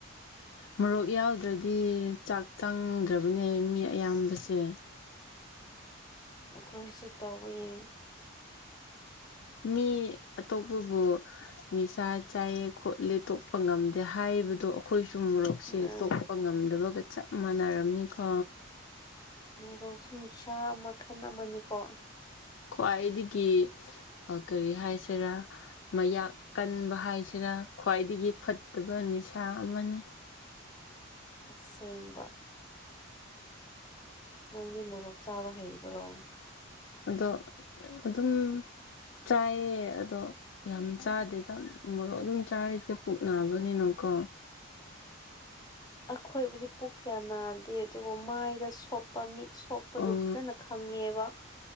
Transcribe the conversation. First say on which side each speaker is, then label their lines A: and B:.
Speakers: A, on the left; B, on the left.
A: ꯃꯣꯔꯣꯛ ꯌꯥꯎꯗ꯭ꯔꯗꯤ ꯆꯥꯛ ꯆꯪꯗ꯭ꯔꯕꯅꯦ ꯃꯤ ꯑꯌꯥꯝꯕꯁꯦ
B: ꯑꯩꯈꯣꯏꯁꯨ ꯇꯧꯕꯌꯦ
A: ꯃꯤ ꯑꯇꯣꯞꯄꯕꯨ ꯅꯤꯁꯥ ꯆꯥꯏꯌꯦ ꯈꯣꯠꯂꯦ ꯇꯣꯛꯄ ꯉꯝꯗꯦ ꯍꯥꯏꯕꯗꯣ ꯑꯩꯈꯣꯏꯁꯨ ꯃꯣꯔꯣꯛꯁꯦ
B: ꯑꯥ
A: ꯇꯣꯛ ꯉꯝꯗꯕꯒ ꯆꯞ ꯃꯥꯟꯅꯔꯝꯅꯤꯀꯣ
B: ꯃꯣꯔꯣꯛꯁꯨ ꯅꯤꯁꯥ ꯃꯈꯟ ꯑꯃꯅꯤꯀꯣ
A: ꯈ꯭ꯋꯥꯏꯗꯒꯤ ꯀꯔꯤ ꯍꯥꯏꯁꯤꯔꯥ ꯃꯌꯥꯛ ꯀꯟꯕ ꯍꯥꯏꯁꯤꯔꯥ ꯈ꯭ꯋꯥꯏꯗꯒꯤ ꯐꯠꯇꯕ ꯅꯤꯁꯥ ꯑꯃꯅꯤ
B: ꯑꯁꯦꯡꯕ ꯅꯪꯗꯤ ꯃꯣꯔꯣꯛ ꯆꯥꯕ ꯍꯩꯕ꯭ꯔꯣ
A: ꯑꯗꯣ ꯑꯗꯨꯝ ꯆꯥꯏꯌꯦ ꯑꯗꯣ ꯌꯥꯝ ꯆꯥꯗꯦꯗ ꯃꯔꯣꯛ ꯑꯗꯨꯝ ꯆꯥꯔꯤꯗ ꯄꯨꯛ ꯅꯥꯕꯅꯤꯅꯀꯣ
B: ꯑꯈꯣꯏꯕꯨꯗꯤ ꯄꯨꯛ ꯀꯌꯥ ꯅꯥꯗꯦ ꯇꯣ ꯃꯥꯏꯗ ꯁꯣꯛꯄ ꯃꯤꯠ ꯁꯣꯛꯄꯗꯨ
A: ꯑꯣ
B: ꯐꯖꯅ ꯈꯪꯉꯦꯕ